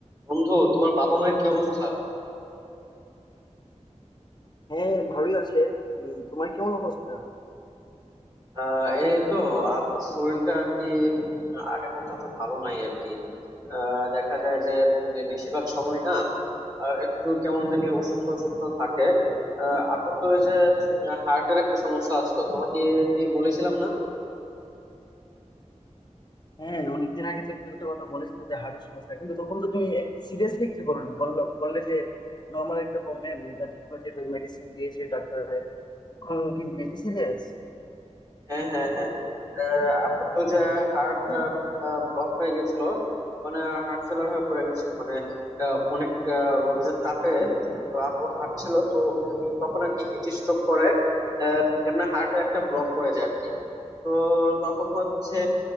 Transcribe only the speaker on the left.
হ্যাঁ ভালোই আছে উম, তোমার কেমন অবস্থা
হ্যাঁ অনেকদিন আগে তো একটা কথা বলেছিলে যে হার্টের সমস্যা কিন্তু তখন তো তুমি সিরিয়াসলি কিছু বলো না বললো বললে যে নর্মাল একটা প্রবলেম এটা ঠিক হয়েছে মেডিসিন দিয়েছে ডাক্তার এখন কি বেশি সিরিয়াস